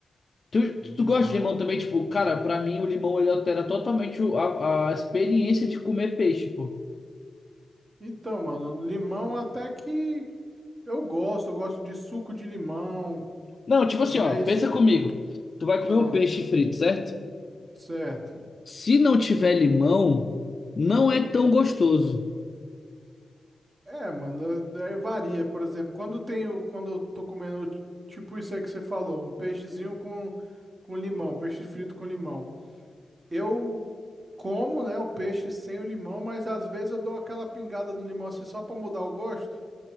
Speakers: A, on the left; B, on the right.
A: Tu,
B: Do limão.
A: tu gosta de limão também? Tipo, cara, pra mim o limão ele altera totalmente o- a, a experiência de comer peixe, pô.
B: Então, mano, limão até que eu gosto, eu gosto de suco de limão,
A: Não, tipo assim,
B: mas.
A: ó, pensa comigo. Tu vai comer
B: Ah,
A: um peixe frito, certo?
B: certo.
A: Se não tiver limão, não é tão gostoso.
B: É, mano, daí varia. Por exemplo, quando tenho, quando eu tô comendo, tipo isso aí que você falou, um peixezinho com, com limão, peixe frito com limão. Eu como, né, o peixe sem o limão, mas às vezes eu dou aquela pingada do limão assim só para mudar o gosto,